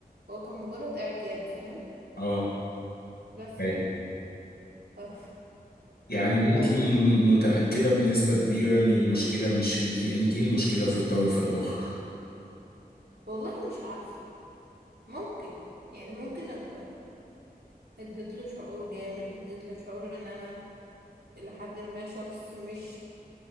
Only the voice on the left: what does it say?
اه
فاهم
يعني انت
م- متأكدة بنسبة كبيرة ان المشكلة مش فيكي انت المشكلة في الطرف الآخر